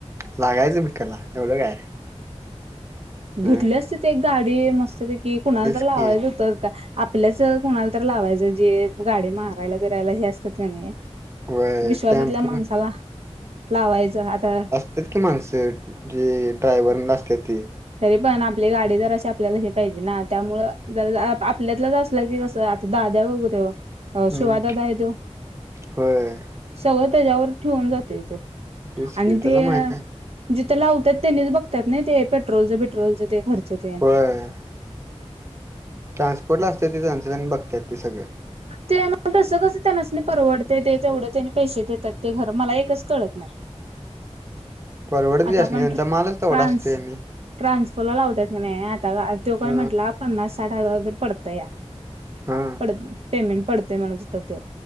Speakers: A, on the right (about 25°); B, on the right (about 60°).
A: लागायचं भिकला एवढं काय.....
B: घेतली
A: ह
B: असती ती एक गाडी मस्तपैकी कुणाला
A: तेच
B: तर लावायच
A: की
B: होत का.... आपल्याच कुणाला तर लावायचं जे गाडी मारायला बिरायला हे असतात कि नाही...
A: व्हय
B: विश्वासातल्या
A: टेम्पो
B: माणसाला.... लावायचं. आता...
A: असत्यात की माणसं जी ड्रायवर असत्यात ती...
B: तरी पण आपली गाडी जराशी आपल्याला हे पाहिजे ना त्यामुळं जर आपल्यातलंच असलं की कसं... दाद्या बग कि त्यो.... अ...
A: हम्म
B: शिवादादा आहे त्यो....
A: होय
B: सगळं त्याच्यावर ठेवून जातुय त्यो...
A: तेच
B: आणि
A: की त्याला
B: ते....
A: माहित आहे
B: जिथं लावतात तेनीच बघतात नाही ते पेट्रोलचं बिट्रोलचं ते खर्च तेन...
A: <unintelligible> ट्रान्सपोर्ट ला असत्यात ति त्यांचं ती बघत्यात ते सगळ.
B: ते.. म.. तस कस त्यांनास... परवडतय ते तेवढं त्यांनी पैसे देतात ते खर मला एकच कळत नाही.
A: परवडतय
B: आता
A: त्यासनी
B: आपण
A: त्यांचा
B: ट्रान्स
A: मालच तेवढा असतुय आणि....
B: ट्रान्सफरला लावत्यात की नाही आता तो काय
A: ह
B: म्हटला पन्नास साठ हजार तरी पडतया.
A: हा
B: पडत... पेमेंट पडतय म्हणा हुता त्यो.